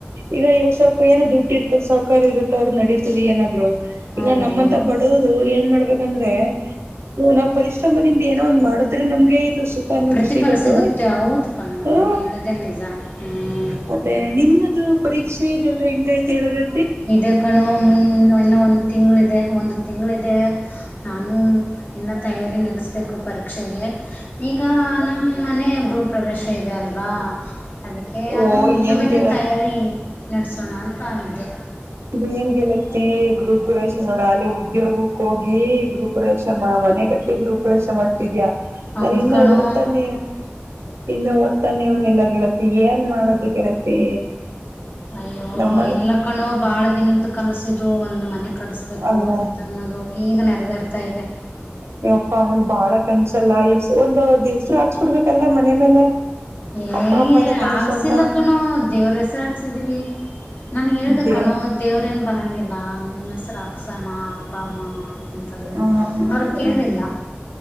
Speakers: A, on the right; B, on the left.
A: ಈಗ ಯಾವ್ ಸ್ವಲ್ಪ ಏನೋ ದುಡ್ಡಿ ಇರ್ತಾರೆ ಸ್ವಲ್ಪ ಇರುತ್ತ ಅವ್ರ ನಡೀತದ ಏನಾದ್ರು
B: ಹೌದು
A: ಈಗ ನಮ್ಮಂತ ಬಡವ್ರು ಏನ್ ಮಾಡ್ಬೇಕು ಯಾಂದ್ರೆ ನಾವ್ ಪರಿಶ್ರಮದಿಂದ ಏನೋ ಒಂದು ಮಾಡಿದ್ರೆ ನಮ್ಗೆ ಸುಖ ಅನ್ನೋದು
B: ಪ್ರತಿಫಲ
A: ಸಿಗೋದು
B: ಸಿಗುತ್ತೆ ಹೌದು ಕಣೋ
A: ಹಾ
B: ನೀ ಹೇಳೋದೇ ನಿಜ ಹ್ಞೂ
A: ಮತ್ತೆ ನಿಮ್ಮದು ಪರೀಕ್ಷೆ ಇದೆಲ್ಲ ಹೆಂಗ ಐತಿ ಹೇಳಿದ್ರ
B: ಇದೇ ಕಣು ಮುಂದ ಇನ್ನ ಒಂದ್ ತಿಂಗಳ ಇದೆ ಒಂದು ತಿಂಗಳಿದೆ ನಾನು ಇನ್ನ ತಯಾರಿ ನಡೆಸ್ಬೇಕು ಪರೀಕ್ಷೆಗೆ ಈಗ ನಮ್ಮ ಮನೆ ಗ್ರೂಪ್ ಪ್ರವೇಶ ಇದೆ ಅಲ್ವಾ ಅದಕ್ಕೆ ಅದು
A: ಓ
B: ಮುಗಿದ
A: ಏನ್
B: ಮೇಲೆ
A: ಗೆಳತಿ
B: ತಯಾರಿ ನಡೆಸೋಣ ಹಾಗಧ್ಯೆ
A: ನೀನ್ಗೆಲತ್ತತಿ ಗ್ರೂಪ್ ಪ್ರವೇಶ ನೋಡ ಅಲ್ಲಿ ಉದ್ಯೋಗಕ್ಕೆ ಹೋಗಿ ಗ್ರೂಪ್ ಪ್ರವೇಶ ಮನೆಗ ಗರು ಪ್ರಯೇಶ ಮಾಡ್ತಿದ್ಯಾ
B: ಹೌದು
A: ನಾ ಇನ್ನು
B: ಕಣೋ
A: ಓದ್ತಾನೆ ಇನ್ನು ಓದ್ತಾ ನೀವನ್ನಲ್ಲ ಗೆಳತಿ ಏನ್ ಮಾಡೋದು ಗೆಳತಿ
B: ಅಯ್ಯೋ
A: ನಮ್ಮ
B: ಇಲ್ಲ ಕಣೋ ಬಾಳ ದಿನದ್ದ ಕನಸಿದು ಒಂದು ಮನೆ ಕಡಿಸ್ಬೇಕು
A: ಅಲ್ಲ
B: ಅಂತನ್ನೋದು ಈಗ ನೆರವೇರ್ತಾ ಇದೆ
A: ನೀವಪ್ಪ ಅಮ್ಮಂದ ಬಾಳ ಕನ್ಸಲ್ಲ ಎಸ್ ಒಂದ ಅವ್ರದ ಹೆಸ್ರು ಹಾಕ್ಸ್ ಬಿಡ್ಬೇಕಲ್ಲಾ ಮನೆ ಮೇಲೆ
B: ಏ
A: ಅಪ್ಪ ಅಮ್ಮನ ಕನಸು
B: ಹಾಕ್ಸಿಲ್ಲ
A: ಅಂತ
B: ಕಣು ದೇವ್ರ ಹೆಸರು ಹಾಕ್ಸಿದೀವಿ ನಾನುಗೆ ಹೇಳ್ದ
A: ದೇವ್
B: ಕಣೋ ದೇವ್ರೇನು ಬರೋಂಗಿಲ್ಲ ನಿಮ್ಮ ಹೆಸರು ಹಾಕ್ಸೋಣ ಅಪ್ಪ ಅಮ್ಮ ಅಂತಂತಂದರು
A: ಹ್ಮ
B: ಅವರು ಕೇಳಲಿಲ್ಲ